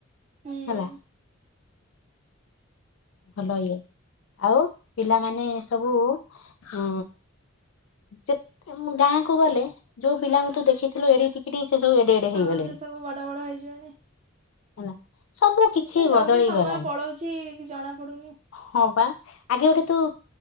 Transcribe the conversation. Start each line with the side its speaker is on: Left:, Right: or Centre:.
Right: ହୁଁ।
Left: ହେଲା। ଭଲ ଇଏ ଆଉ ପିଲାମାନେ ସବୁ ହଁ। ଯେ ଗାଁକୁୁ ଗଲେ ଯୋଉ ପିଲାଙ୍କୁ ତୁ ଦେଖିଥିଲୁ ଏଡ଼ିକି ଟୁ ସିଏ ସବୁ ଏଡ଼େଏଡ଼େ
Right: ହଁ
Left: ହେଇଗଲେଣି।
Right: ସେ ସବୁ ବଡ ବଡ ହେଇଯିବେଣି
Left: ହେଲା ସବୁ କିଛି
Right: କେତେ ଜଲଦି
Left: ବଦଳି
Right: ସମୟ
Left: ଗଲାଣି।
Right: ପଳଉଛି ଜଣା ପଡୁନି।
Left: ହଁ ବା ଆଗେ ଗୋଟେ ତୁ